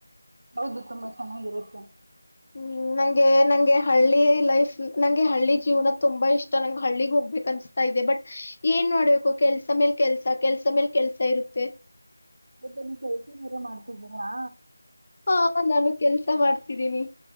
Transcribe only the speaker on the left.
ಹು ನಂಗೆ ನಂಗೆ ಹಳ್ಳಿ ಲೈಫ್ ನಂಗೆ ಹಳ್ಳಿ ಜೀವನ ತುಂಬಾ ಇಷ್ಟ ನಂಗ್ ಹಳ್ಳಿಗ್ ಹೋಗ್ಬೇಕ ಅನ್ಸ ತ ಇದೆ ಬಟ್ ಏನ್ ಮಾಡ್ಬೇಕು ಕೆಲ್ಸ ಮೇಲ್ ಕೆಲ್ಸ ಕೆಲ್ಸ ಮೇಲ್ ಕೆಲ್ಸ ಇರುತ್ತೆ.
ಹಾ ನಾನು ಕೆಲ್ಸ ಮಾಡ್ತಿದ್ದೀನಿ.